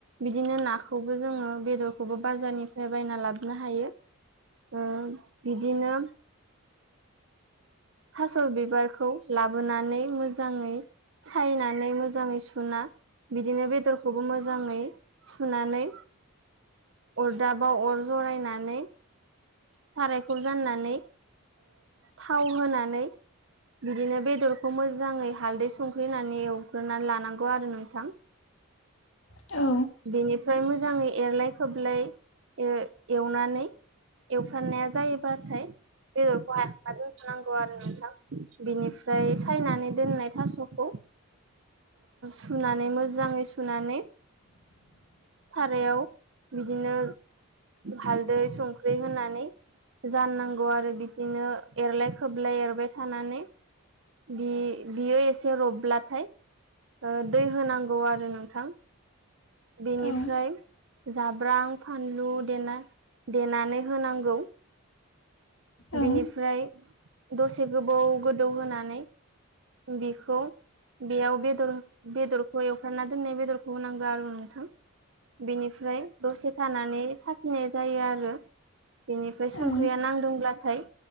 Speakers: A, on the right; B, on the left.
A: बिदिनो नाखौबो जोङो बेदरखौबो बाजारनिफ्राय बायना लाबोनो हायो। ओ बिदिनो थास' बिबारखौ लाबोनानै मोजाङै सायनानै मोजाङै सुना बिदिनो बेदरखौबो मोजाङै सुनानै अरदाबाव अर जरायनानै सारायखौ जाननानै थाव होनानै बिदिनो बेदरखौ मोजाङै हालदै संख्रिनानै एवग्रोनानै लानांगौ आरो नोंथां।
B: औ
A: बेनिफ्राय मोजाङै एरलाय खोबलाय ओ एवनानै एवफ्रामनाया जायोबाथाय बेदरखौ हायखांना दोनखानांगौ आरो नोंथां। बिनिफ्राय सायनानै दोननाय थास' खौ सुनानै मोजाङै सुनानै सारायाव बिदिनो हालदै संख्रि होनानै जाननांगौ आरो बिदिनो एरलाय खोबलाय एरबाय थानानै। बि बियो एसे रबब्लाथाय दै होनांगौ आरो नोंथां। बेनिफ्राय
B: औ
A: जाब्रां फानलु देना देनानै होनांगौ।
B: औ
A: बिनिफ्राय दसे गोबौ गोदौ होनानै बिखौ बेयाव बेदर बेदरखौ एवफ्रामना दोननाय बेदरखौ होनांगौ आरो नोंथां। बिनिफ्राय दसे थानानै साखिनाय जायो आरो। बेनिफ्राय संख्रिया
B: औ
A: नांदोंब्ला थाय